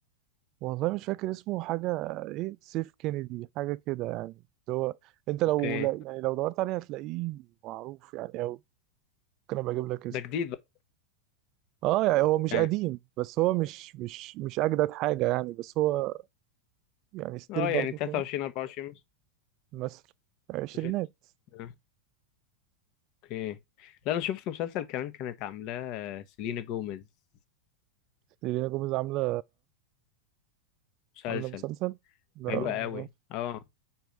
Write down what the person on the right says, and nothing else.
والله مش فاكر اسمه حاجة ايه سيف كينيدي حاجة كده يعني اللي هو انت لو
لا يعني لو دورت عليه هتلاقيه معروف يعني او ممكن ابقى اجيب لك اسمه
اه يعني هو مش
قديم بس هو مش مش مش اجدد حاجه يعني بس هو يعني ستيل
برضه
فاهم
مثل عشرينات
ليلى جوميز عامله
عامله مسلسل لا
ما
اعرفش